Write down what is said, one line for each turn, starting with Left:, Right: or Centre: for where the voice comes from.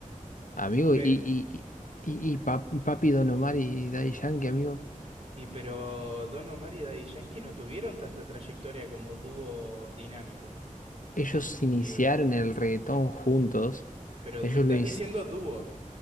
Left: amigo,
Right: pe-
Left: y, y, y, y Pa- Papi Don Omar y Daddy Yankee, amigo.
Right: y pero Don Omar y Daddy Yankee no tuvieron tanta trayectoria como dúo dinámico
Left: Ellos
Right: en ese sentido.
Left: iniciaron el reggaetón juntos.
Right: Pero
Left: Ellos
Right: me estás
Left: lo inci-
Right: diciendo dúo.